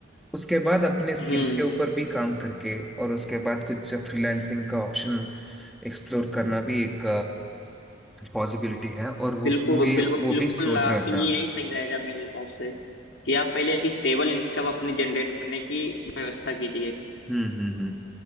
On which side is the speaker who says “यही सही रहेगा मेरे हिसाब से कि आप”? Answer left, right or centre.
Left